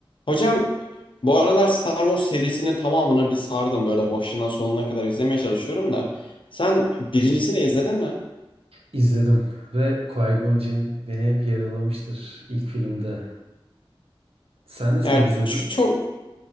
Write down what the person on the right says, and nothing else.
İzledim ve Qui-Gon Jinn beni hep yaralamıştır ilk filmde. Sen ne zaman
izledin?